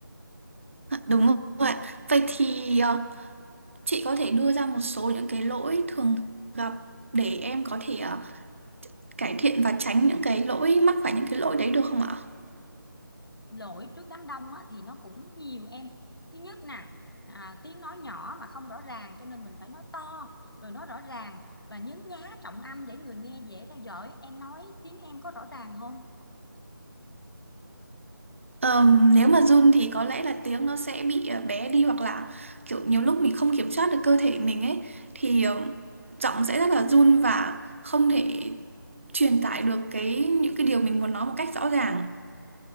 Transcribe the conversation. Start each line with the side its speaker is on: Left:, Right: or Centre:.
Right: À, đúng rồi ạ. Vậy thì ờ, chị có thể đưa ra một số những cái lỗi thường gặp để em có thể ờ, cải thiện và tránh những cái lỗi mắc phải những cái lỗi đấy được không ạ?
Left: lỗi trước đám đông á, thì nó cũng nhiều em thứ nhất nè à, tiếng nói nhỏ mà không rõ ràng cho nên mình phải nói to rồi nói rõ ràng và nhấn nhá trọng âm để người nghe dễ theo dõi em nói tiếng em có rõ ràng không
Right: Ờm, nếu mà run thì có lẽ là tiếng nó sẽ bị ờ, bé đi hoặc là kiểu nhiều lúc mình không kiểm soát được cơ thể mình ấy thì ờ, giọng sẽ rất là run và không thể truyền tải được cái những cái điều mình muốn nói một cách rõ ràng.